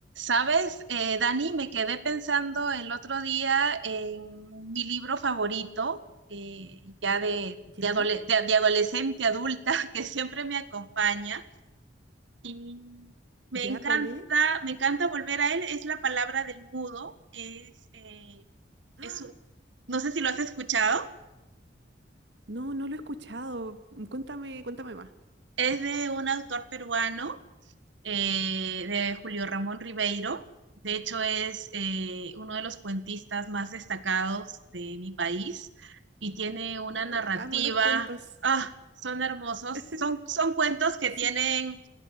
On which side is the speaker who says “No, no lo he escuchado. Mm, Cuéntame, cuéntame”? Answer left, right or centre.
Right